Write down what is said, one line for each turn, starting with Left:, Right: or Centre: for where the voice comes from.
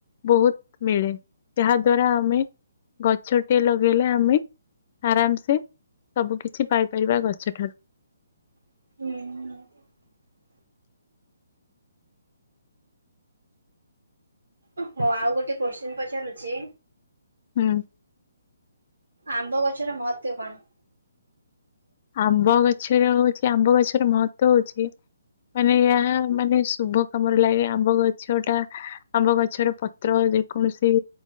Left: ବହୁତ ମିଳେ ଯାହା ଦ୍ଵାରା ଆମେ ଗଛ ଟେ ଲଗେଇଲେ ଆମେ ଆରାମସେ ସବୁ କିିଛି ପାଇପାରିବା ଗଛଠାରୁ
Right: ହୁଁ। ହଁ ଆଉ ଗୋଟେ କୋଶ୍ଚନି ପଚାରୁଛି।
Left: ହୁଁ।
Right: ଆମ୍ବ ଗଛର ମହତ୍ବ କଣ?
Left: ଆମ୍ବ ଗଛର ହଉଛି ଆମ୍ବ ଗଛର ମହତ୍ଵ ହଉଛି ମାନେ ଏହା ମାନେ ଶୁଭ କାମରେ ଲାଗେ ଆମ୍ବ ଗଛଟା ଆମ୍ବ ଗଛର ତ୍ର ଯେକୌଣସି